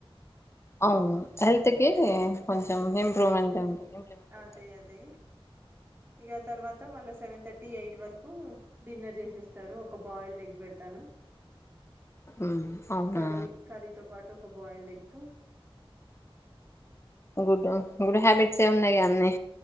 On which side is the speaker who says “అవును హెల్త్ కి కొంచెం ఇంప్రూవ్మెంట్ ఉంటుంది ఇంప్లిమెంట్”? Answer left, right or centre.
Left